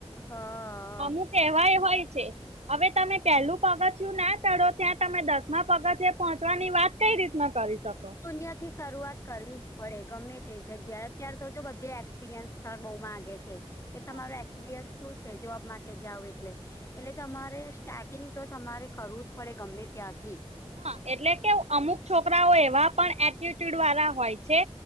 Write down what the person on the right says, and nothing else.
અમુક એવાય હોય છે. હવે તમે પહેલું પગથિયું ના ચઢો ત્યાં તમે દસમા પગથિયે પહોંચવાની વાત કઈ રીતના કરી શકો.
હા
હા એટલે કેવુ અમુક છોકરાઓ એવા પણ એટીટ્યુડ વાળા હોય છે